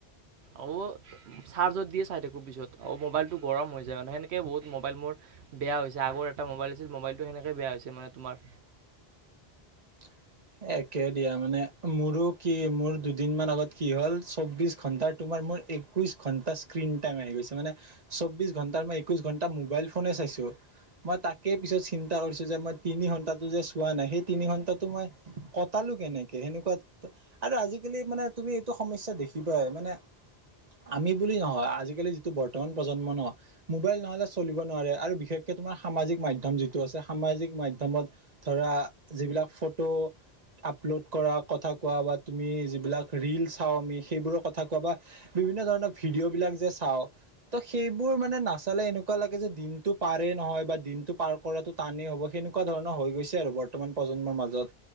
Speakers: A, on the right (about 85°); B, on the right (about 40°).
A: অল চৰ্জত দিয়ে চাই থাকো পিছত মোবাইল টো গৰম হৈ যায় মানে, সেনেকে বহুত মোবাইল মোৰ বেয়া হৈছে, আগৰ এটা মোবাইল আছিল, মোবাইলটো সেনেকৈ বেয়া হৈছে মানে তোমাৰ।
B: <inaudible> একে দিয়া, মানে মোৰো কি মোৰ দুদিন মান আগত কি হ'ল, চৌবিশ ঘন্টাৰ তোমাৰ মোৰ একৈশ ঘণ্টা ইস্কন টাইম আহি গৈছে, মানে চৌবিশ ঘন্টা ৰ মই একৈশ ঘন্টা মই মোবাইল ফোনে চাইছো। মই তাকে পিছত চিন্তা কৰিছো, যে মই তিনি ঘন্টাটো যে চোৱা নাই, সেই তিনি ঘন্টাটো মই কটালো কেনেকে, সেনেকুৱা আৰু আজিকালি মানে তুমি এইটো সমস্যা দেখিবাই মানে আমি বুলি নহয়, আজিকালি যিটো বৰ্তমান প্ৰজন্ম ন মোবাইল নহ'লে চলিব নোৱাৰে, আৰু বিশেষক এ তোমাৰ সামাজিক মাধ্যম যিটো আছে, সামাজিক মাধমত ধৰা যিবিলাক ফটো আপলোড কৰা, কথা কোৱা, বা তুমি যিবিলাক ৰীল চাওঁ আমি সেইবোৰৰ কথা কোৱা বা বিভিন্ন ধৰণৰ ভিডিঅ' বিলাক যে চাওঁ ত' সেইবোৰ মানে নাচালে এনেকুৱা লাগে যে দিনটো পাৰ পাৰে নহয়, বা দিনটো পাৰ কৰাটো টানেই হ'ব, সেনেকুৱা ধৰণৰ হৈ গৈছে আৰু বৰ্তমান প্ৰজন্মৰ মাজত।